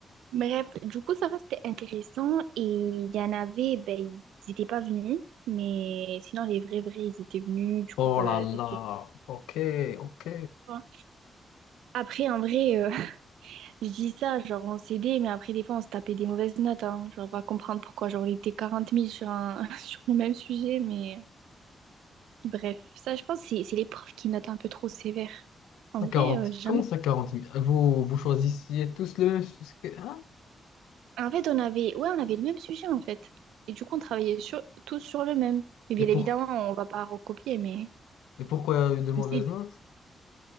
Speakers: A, on the right (about 80°); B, on the left (about 80°).
A: Bref, du coup, ça va, c'était intéressant. Et il y en avait, ben, ils n'étaient pas venus. Mais sinon, les vrais, vrais, ils étaient venus. Du
B: Oh
A: coup, ben,
B: là là,
A: ça, c'était
B: ok, ok.
A: sympa. Après, en vrai, Je dis ça, genre on s'aidait, mais après des fois on se tapait des mauvaises notes, hein. Genre on va comprendre pourquoi, genre on était quarante mille sur un... <laughs> sur le même sujet, mais bref, ça je pense c'est c'est les profs qui notent un peu trop sévère. En
B: Ça
A: vrai,
B: quarante
A: euh, j'ai jamais...
B: comment ça quarante 000? Vous, vous choisissiez tous le même sujet, hein?
A: En fait on avait, ouais on avait le même sujet en fait, et du coup on travaillait sur... tous sur le même. Et bien
B: Et, pour,
A: évidemment on va pas recopier, mais
B: et pourquoi il y a eu de mauvaises
A: on s'aide.
B: notes?